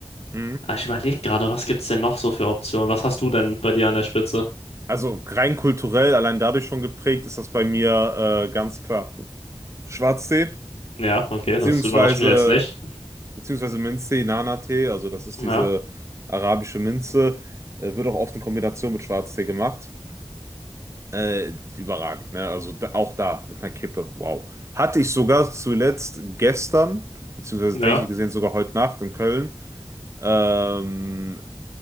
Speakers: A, on the right (about 30°); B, on the left (about 85°).
A: Mhm.
B: Aber ich überlege gerade, was gibt es denn noch so für Optionen? Was hast du denn bei dir an der Spitze?
A: Also rein kulturell, allein dadurch schon geprägt, ist das bei mir äh, ganz klar. Schwarztee,
B: Ja, okay,
A: beziehungsweise,
B: das überrascht mich jetzt nicht.
A: beziehungsweise Minztee, Nana-Tee, also das ist
B: Ja,
A: diese arabische Minze, äh, wird auch oft in Kombination mit Schwarztee gemacht. Äh, überragend, ne? Also da, auch da mit einer Kippe. Wow. Hatte ich sogar zuletzt gestern, beziehungsweise
B: ja.
A: technisch gesehen sogar heute Nacht in Köln. Ähm,